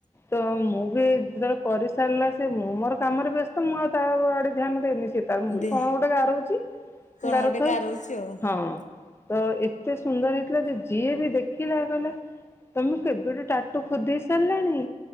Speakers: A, on the left; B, on the left.
A: ତ ମୁଁ ବି ଯେତେବେଳେ କରିସାରିଲା ସେ ମୁଁ ମୋର କାମରେ ବ୍ୟସ୍ତ ମୁଁ ଆଉ ତା ଆଡେ ଧ୍ୟାନ ଦେଇନି ସେ ତା ମୁ
B: ଦେ
A: କଣ ଗୋଟେ ଗାରଉଚି
B: କଣ
A: ଗାରଉଥାଉ
B: ଗୋଟେ ଗାରଉଛି ଆଉ।
A: ହଁ। ତ ଏତେ ସୁନ୍ଦର ହେଇଥିଲା ଯେ ଯିଏ ବି ଦେଖିଲା କହିଲା ତମେ କେବେଠୁ ଟାଟୁ ଖୋଦେଇ ସାରିଲାଣି